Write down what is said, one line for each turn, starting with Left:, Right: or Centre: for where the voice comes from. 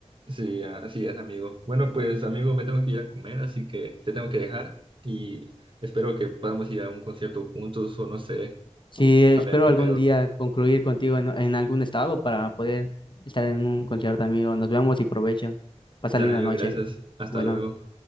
Right: Sí, así es, amigo. Bueno, pues, amigo, me tengo que ir a comer, así que te tengo que dejar y espero que podamos ir a un concierto juntos o no sé,
Left: Sí, espero
Right: a ver qué
Left: algún
Right: pedo.
Left: día concluir contigo en, en algún estado para poder estar en un concierto, amigo. Nos vemos y provecho. Pasa
Right: Dale,
Left: linda
Right: amigo,
Left: noche.
Right: gracias. Hasta
Left: Bueno.
Right: luego.